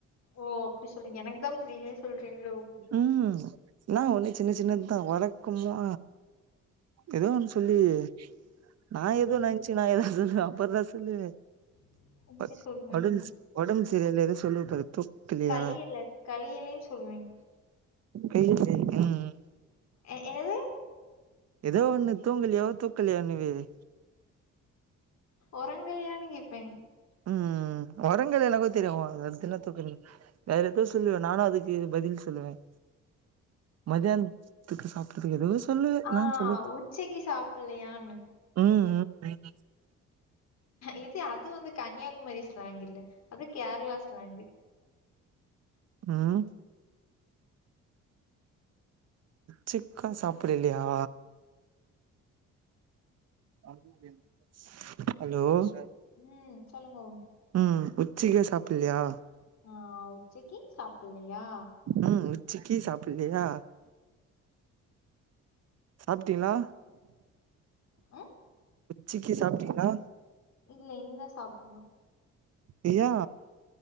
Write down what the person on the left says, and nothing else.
ஓ அப்டி சொல்றீங்க எனக்குதா புரிலே சொல்றீங்ளோ
எனக்கு
<inaudible>
சொல்வேன்
களியல களியலைன்னு சொல்லுவேன்
எ எனது
ஒரங்கலியானு கேப்பே
ஆ
உச்சைக்கு சாப்பிடலையான்னு
இது அது வந்து கன்னியாகுமரி ஸ்லாங்கில்ல அது கேரளா ஸ்லாங்கு
ம் சொல்லுங்கோ
ஆ உச்சிக்கு சாப்பிடலயா
ஆ
இல்ல இனிதா சாப்பிடணூ